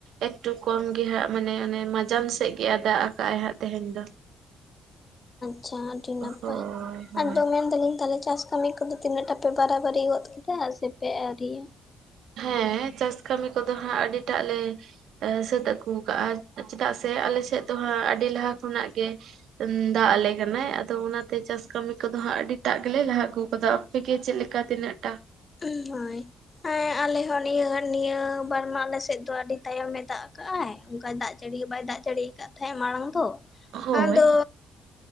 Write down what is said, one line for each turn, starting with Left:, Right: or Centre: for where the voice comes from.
Right: ᱮᱠᱴᱩ ᱠᱚᱢ ᱜᱮ ᱦᱟᱸᱜ ᱢᱟᱱᱮ ᱚᱱᱮ ᱢᱟᱡᱟᱱ ᱥᱮᱫ ᱜᱮ ᱫᱟᱜ ᱟᱠᱟᱜᱼᱟᱭ ᱦᱟᱸᱜ ᱛᱮᱦᱮᱧ ᱫᱚ᱾
Left: ᱟᱪᱷᱟ ᱟᱹᱰᱤ ᱱᱟᱯᱟᱭ,
Right: ᱦᱳᱭ ᱦᱳᱭ
Left: ᱟᱨ ᱟᱫᱚ ᱢᱮᱱ ᱫᱟᱞᱤᱧ ᱛᱟᱦᱚᱞᱮ ᱪᱟᱥ ᱠᱟᱹᱢᱤ ᱠᱚᱫᱚ ᱛᱤᱱᱟᱹᱜ ᱴᱟ ᱯᱮ ᱵᱟᱨᱟᱵᱟᱨᱤ ᱜᱚᱫ ᱠᱮᱫᱟ ᱥᱮᱯᱮ ᱟᱹᱨᱤᱭᱟ?
Right: ᱦᱮᱸ ᱪᱟᱥ ᱠᱟᱹᱢᱤ ᱠᱚᱫᱚ ᱦᱟᱸᱜ ᱟᱹᱰᱤ ᱴᱟᱜ ᱞᱮ ᱮ ᱥᱟᱹᱛ ᱟᱹᱜᱩ ᱠᱟᱜᱼᱟ ᱪᱮᱫᱟᱜ ᱥᱮ ᱟᱞᱮ ᱥᱮᱫ ᱫᱚ ᱦᱟᱸᱜ ᱟᱹᱰᱤ ᱞᱟᱦᱟ ᱠᱷᱚᱱᱟᱜ ᱜᱮ ᱫᱟᱜ ᱟᱞᱮ ᱠᱟᱱᱟᱭ ᱟᱫᱚ ᱚᱱᱟᱛᱮ ᱪᱟᱥ ᱠᱟᱹᱢᱤ ᱠᱚᱫᱚ ᱦᱟᱸᱜ ᱟᱹᱰᱤᱴᱟᱜ ᱜᱮᱞᱮ ᱞᱟᱦᱟ ᱟᱹᱜᱩ ᱟᱠᱟᱫᱟ ᱾ ᱯᱮᱠᱮ ᱪᱮᱫ ᱞᱮᱠᱟ ᱛᱤᱱᱟᱹᱜ ᱴᱟ?
Left: ᱦᱩᱸ ᱦᱚᱭ ᱾ ᱦᱮᱸ ᱟᱞᱮ ᱦᱚᱸ ᱱᱤᱭᱟᱹ ᱱᱤᱭᱟᱹ ᱵᱟᱨᱢᱟ ᱟᱞᱮᱥᱮᱫ ᱫᱚ ᱟᱹᱰᱤ ᱛᱟᱭᱚᱢ ᱮ ᱫᱟᱜ ᱠᱟᱜᱼᱟᱭ, ᱚᱱᱠᱟ ᱫᱟᱜ ᱡᱟᱹᱲᱤ ᱦᱚᱸ ᱵᱟᱭ ᱫᱟᱜ ᱡᱟᱹᱲᱤᱭ ᱟᱠᱟᱫ ᱛᱟᱦᱮᱸᱜ ᱢᱟᱲᱟᱝ ᱫᱚ ᱾
Right: ᱦᱳᱭ
Left: ᱟᱫᱚ